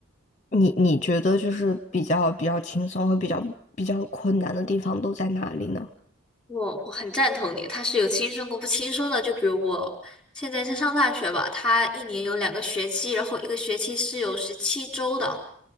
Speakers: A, on the left (about 35°); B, in the centre.
A: 你你觉得就是比较比较轻松和比较比较困难的地方都在哪里呢？
B: 我我很赞同你，他是有轻松过不轻松的。就比如我现在在上大学吧，他一年有两个学期，然后一个学期是有十七周的，